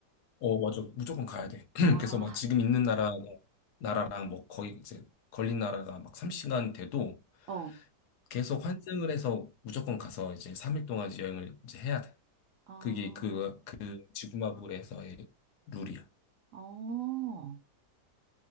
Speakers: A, on the left; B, on the right.
A: 어, 맞아. 무조건 가야 돼. <clears throat>
B: 아,
A: 그래서 막 지금 있는 나라, 나라랑 뭐 거의 이제 걸린 나라가 막 3시간 돼도
B: 어,
A: 계속 환승을 해서 무조건 가서 이제 3일 동안 이제 여행을 이제 해야 돼.
B: 어,
A: 그게 그, 그 지구마블에서의 룰이야.
B: 어.